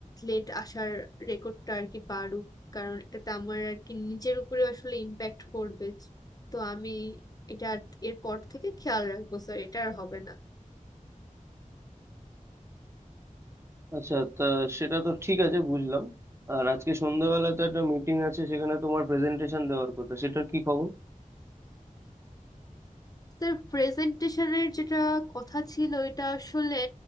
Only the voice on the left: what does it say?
লেট আসার রেকর্ডটা আর কি বাড়ুক কারণ এটাতে আমার আর কি নিজের উপরে আসলে ইম্প্যাক্ট পড়বে তো আমি এটা এরপর থেকে খেয়াল রাখবো স্যার এটা আর হবে না
স্যার প্রেজেন্টেশনের যেটা কথা ছিল এটা আসলে